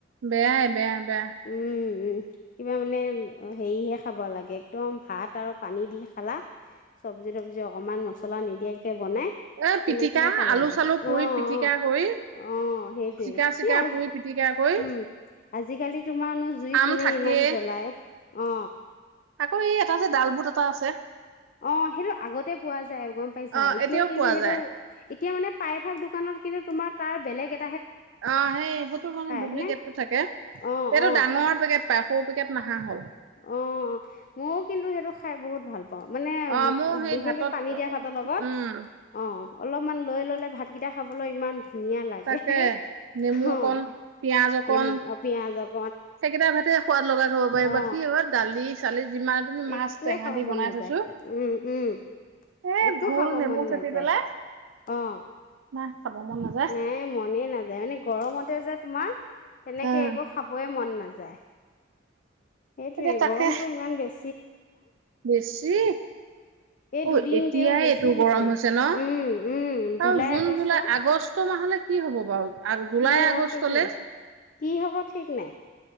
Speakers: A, on the right; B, on the left.
A: বেয়াই বেয়া। বেয়া
B: উম, উম, কিবা মানে অ হেৰিহে খাব লাগে একদম ভাত আৰু পানী দি খালা, চবজি তবজি অকণমান মছলা নিদিয়া কে তে বনাই
A: এ
B: তেনেকে
A: পিটিকা
B: হে খাব
A: আলু
B: লাগে।
A: চালু
B: অ',
A: পুৰি
B: অ',
A: পিটিকা কৰি
B: অ', সেইটোৱে
A: জিকা চিকা
B: এই আজি,
A: পুৰি পিটিকা কৰি
B: উম, আজি কালি কাৰো জুই
A: আম
B: কোনে
A: থাকে
B: ইমান জ্বলাই, অ।
A: আকৌ এই এটা যে ডাল বুট এটা আছে।
B: অ' সেইটো আগতে পোৱা যা যে গম পাইছাঁ
A: অ
B: এতিয়া
A: এতিয়াও
B: কিন্তু
A: পোৱা
B: সেইটো
A: যায়
B: এতিয়া মানে প্ৰায়ভাগ দোকানত কিন্তু তোমাৰ তাৰ বেলেগ এ
A: অ' সেই-সেইটো মানে ডুপ্লিকেটটো
B: হয়নে
A: থাকে
B: অ
A: সেইটো
B: অ
A: ডাঙৰ পেকেট পাই সৰু পেকেট নাহা হ'ল।
B: অ' ময়ো কিন্তু সেইটো খাই বহুত ভাল পা অ মানে
A: অ মোৰ
B: উ
A: সেই
B: বিশেষকে
A: ভাতত
B: পানী দিয়া ভাতৰ লগত
A: উম
B: অ' অলপমান লৈ ল'লে ভাতকেইটা খাবলৈ ইমান ধুনীয়া লাগে
A: তাকে
B: হে,
A: নেমু
B: অ'
A: অকণ পিয়াজ অকণ
B: নিমখ পিয়াজক
A: সেইকেইটা ভাতে সোৱাদ লগা খাব পাৰি
B: অ
A: বাকি হয় <unintelligible> মাছ
B: একোৱে
A: টেঙা
B: খাব
A: দি
B: মন
A: বনাই
B: নাযায়,
A: থৈছো
B: উম উম
A: এ
B: একো
A: ভোল
B: খাব
A: নেমু
B: মন
A: চেপি
B: নাযায়,
A: পেলাই
B: অ',
A: নাই খাব মন নাযায়
B: নাই মনে নাযায় মানে গৰমতে যে তোমাৰ তেনেকে
A: উম
B: একো খাবয়ে মন নাযা যায় সেইটোয়ে
A: এতিয়া তাকে
B: গৰমটো ইমান বেছ
A: বেছি
B: এই দুদিন
A: অ' এতিয়াই
B: তেওঁ বেছি
A: এইটো
B: দিছে
A: গৰম হৈছে ন
B: উম উম July
A: আৰু June
B: August
A: July August মাহলে কি হ'ব? গৰম আৰু জুলাই
B: কি হ'ব
A: আগষ্টলে
B: ঠিক নাই কি হ'ব ঠিক নাই